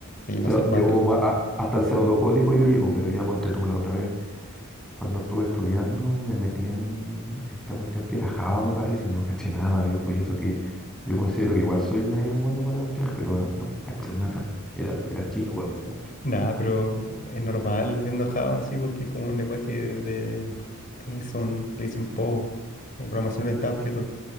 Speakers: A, on the left (about 40°); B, in the centre.
A: sí,
B: O
A: no
B: sea,
A: sé,
B: llego
A: cuáticos.
B: como a- a- hasta el pseudocódigo yo llego, pero ya ponte tú la otra vez, cuando estuve estudiando me metí en esta cuestión que era Java, me parece, y no caché nada, viejo, y eso que yo considero que igual soy medio bueno para la cuestión, pero no, no caché nada, era, era chino para mí esa cuestión.
A: Nada, pero es normal viendo Java así porque es como un lenguaje de, es un, le dicen PO, eh, programación orientada a objetos.